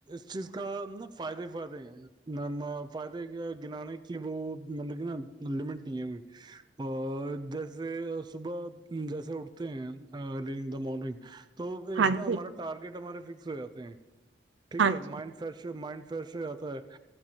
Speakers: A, on the right (about 25°); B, on the right (about 75°).
A: اس چیز کا نا فائدے فائدے ہیں فائدے گنانے کی وہ مطلب کہ نا لمٹ نہیں ہے اور جیسے صبح جیسے اٹھتے ہیں ارلیگ دا مارننگ تو ایک
B: ہاں
A: نا
B: جی
A: ہمارا ٹارگیٹ ہمارے فکس ہو جاتے ہیں ٹھیک
B: ہاں
A: ہے
B: جی
A: مائنڈ فریش مائنڈ فریش رہتا ہے